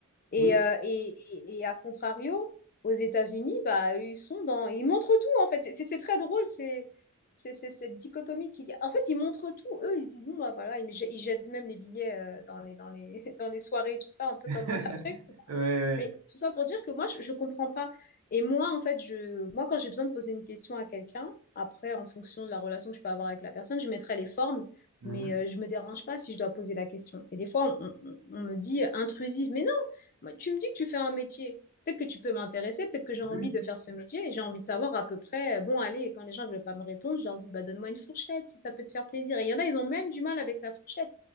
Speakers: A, on the left (about 40°); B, on the right (about 70°).
A: Et,
B: Oui.
A: euh, et, et, et à contrario, aux États-Unis, bah, ils sont dans... Ils montrent tout, en fait. C'est c'est- c'est très drôle, c'est c'est- c'est cette dichotomie qui... En fait, ils montrent tout. Eux, ils se disent, bon, bah voilà, ils, me- ils jettent même les billets euh, dans les, dans les, <laughs> dans les soirées, tout ça, un peu
B: <laughs>
A: comme en Afrique.
B: Ouais,
A: Mais tout ça pour dire que moi, je, je comprends pas. Et moi, en fait, je, moi, quand j'ai besoin de poser une question à quelqu'un, après, en fonction de la relation que je peux avoir avec la personne, je mettrai les formes,
B: ouais.
A: mais
B: Mhm.
A: euh, je ne me dérange pas si je dois poser la question. Et des fois, on, on- on me dit intrusive, mais non, moi, tu me dis que tu fais un métier. Peut-être que tu peux m'intéresser, peut-être que j'ai envie
B: Oui,
A: de faire ce métier et j'ai envie de savoir à peu près, euh, bon, allez, et quand les gens ne veulent pas me répondre, je leur dis, bah, donne-moi une fourchette si ça peut te faire plaisir. Et il y en a, ils ont même du mal avec la fourchette.